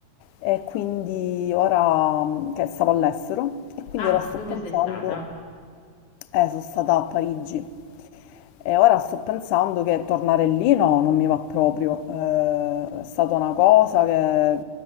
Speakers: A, on the left; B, on the left.
A: e quindi ora mh, che stavo all'estero e quindi
B: Ah,
A: ora sto
B: dove
A: pensando,
B: sei stata?
A: eh, sono stata a Parigi e ora sto pensando che tornare lì no, non mi va proprio. Eh, è stata una cosa che,